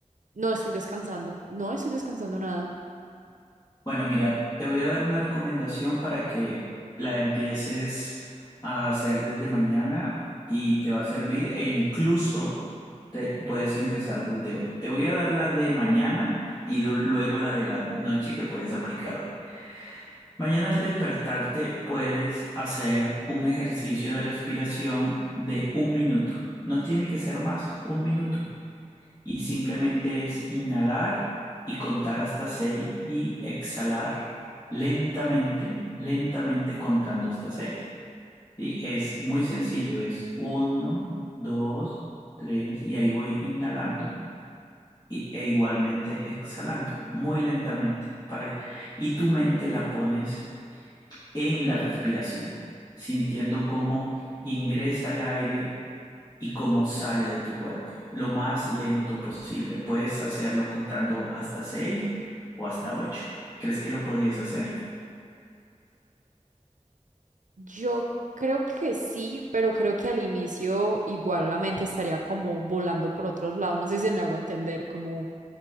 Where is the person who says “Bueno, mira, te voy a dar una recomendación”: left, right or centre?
Left